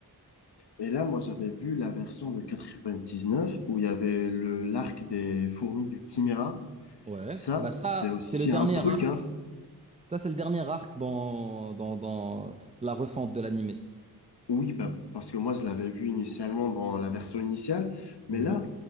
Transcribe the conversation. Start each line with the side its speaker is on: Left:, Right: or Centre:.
Left: Et là, moi, j'avais vu la version de 99 où il y avait le l'arc des fourmis du Chimera.
Right: Ouais.
Left: Ça,
Right: Bah
Left: c'est
Right: ça,
Left: aussi
Right: c'est le dernier
Left: un truc,
Right: arc.
Left: hein.
Right: Ça, c'est le dernier arc dans, dans, dans la refonte de l'anime.
Left: Oui, bah, parce que moi, je l'avais vu initialement dans la version initiale, mais
Right: Mhm.
Left: là,